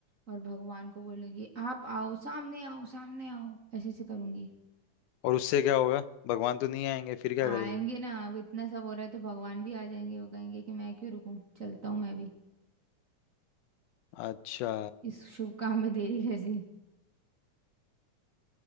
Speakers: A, on the right; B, on the left.
A: और भगवान को बोलूंगी आप आओ सामने आओ सामने आओ ऐसे ऐसे करूंगी
B: और उससे क्या होगा भगवान तो नहीं आएंगे फिर क्या
A: आएंगे
B: करेगी
A: ना अब इतना सब हो रहा है तो भगवान भी आ जाएंगे वो कहेंगे कि मैं क्यों रुकूं चलता हूँ मैं भी
B: अच्छा
A: इस शुभ काम में देरी कैसी